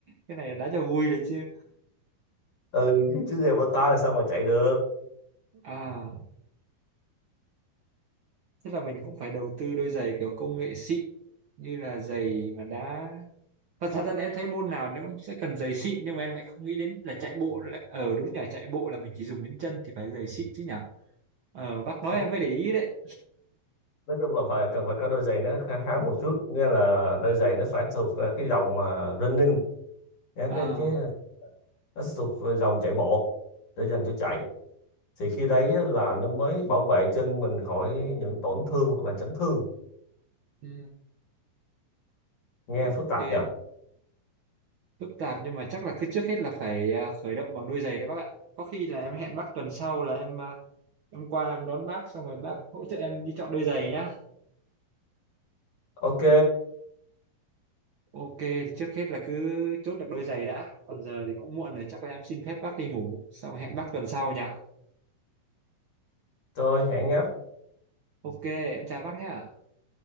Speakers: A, on the right; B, on the left.
A: cái này đã cho vui đấy chứ
B: ừ chứ giày bata là sao mà chạy được
A: à thế là mình cũng phải đầu tư đôi giày kiểu công nghệ xịn như là giày mà đá Và thật ra là em thấy môn nào nó cũng sẽ cần giày xịn nhưng mà em lại không nghĩ đến là chạy bộ là ở đúng là chạy bộ là mình chỉ dùng đến chân thì phải giày xịn chứ nhở ờ bác nói
B: nói,
A: em mới để ý đấy
B: nói chung là phải cần phải có đôi giày nó khá khá một chút nghĩa là đôi giày nó phải thuộc à, cái dòng mà running nhá,
A: ờ
B: cái cái nó sẽ thuộc dòng chạy bộ để dành cho chạy thì khi đấy là nó mới bảo vệ chân mình khỏi những tổn thương hoặc là chấn thương
A: ừ,
B: nghe
A: ok
B: phức tạp nhỉ
A: phức tạp nhưng mà chắc là cứ trước hết là phải à, khởi động bằng đôi giày đấy bác ạ có khi là em hẹn bác tuần sau là em à, em qua em đón bác xong rồi bác hỗ trợ em đi chọn đôi giày nhá
B: ok
A: ok thì trước hết là cứ chốt được đôi giày đã còn giờ thì cũng muộn rồi chắc là em xin phép bác đi ngủ xong hẹn bác tuần sau nhỉ
B: rồi hẹn nhé
A: ok em chào bác nhá